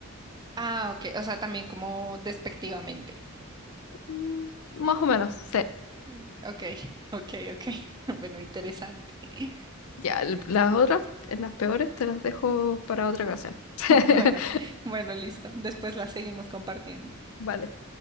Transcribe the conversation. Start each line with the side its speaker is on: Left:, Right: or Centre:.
Right: Ah, ok, o sea, también como despectivamente.
Left: Mm, Más o menos, sí.
Right: Mm. Ok, ok, ok. <laughs> Bueno, interesante. <laughs>
Left: Ya, el- las otras, las peores, te las dejo para otra ocasión. <laughs>
Right: Bueno, bueno, listo. Después la seguimos compartiendo.
Left: Vale.